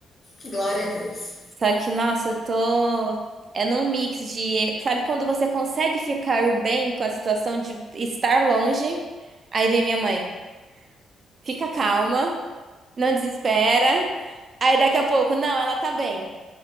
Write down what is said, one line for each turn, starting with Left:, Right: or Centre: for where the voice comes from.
Left: Glória a Deus.
Right: Só que, nossa, eu tô. É num mix de. Sabe quando você consegue ficar bem com a situação de estar longe? Aí vem minha mãe. Fica calma, não desespera. Aí daqui a pouco, não, ela tá bem.